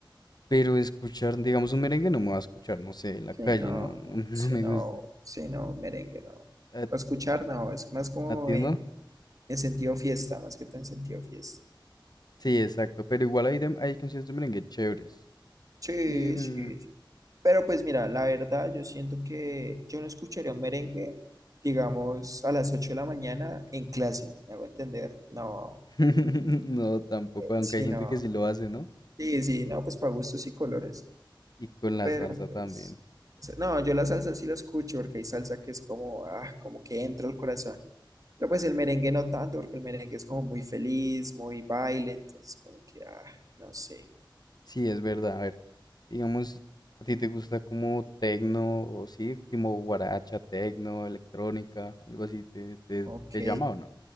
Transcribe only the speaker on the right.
Sí,
no,
no,
sí,
no,
sí, no, merengue, no.
Para escuchar, no, es más como
en,
en sentido fiesta, más que todo en sentido fiesta.
Sí,
sí, sí. Pero pues mira, la verdad, yo siento que yo no escucharía un merengue, digamos, a las 8 de la mañana en clase, ¿me hago entender? No,
eh,
sí,
no.
Sí, sí, no, pues para gustos y colores.
Pero
pues,
o sea, no, yo la salsa sí la escucho porque hay salsa que es como, ah, como que entra al corazón. Pero pues el merengue no tanto, porque el merengue es como muy feliz, muy baile, entonces como que, ah, no sé.
Ok,